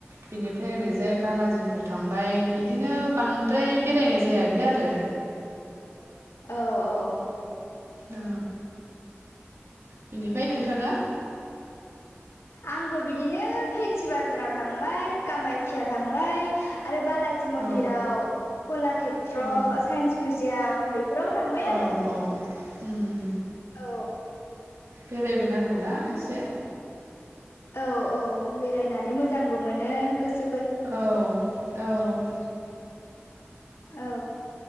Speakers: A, on the right; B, on the left.
A: बिनिफ्राय ओरैजाय बालाजिफोर थांबाय बिदिनो बांद्राय बेरायनाय जायाखै आरो।
B: औ औ औ।
A: औ। बेनिफ्राय नोंथाङा?
B: आंबो बिदिनो फेेनसि बाजाराव थांबाय कामायख्या थांबाय। आरो बालाजि मन्दिराव
A: औ
B: कलाषेत्र
A: अ
B: साइन्स मिउजियाम बे फोराव थांबाय
A: औ
B: आरो।
A: औ उम।
B: औ
A: बेरायबोनांगौना एसे।
B: औ औ बेरायनानै मोजांबो मोनो गोसो।
A: औ औ।
B: औ।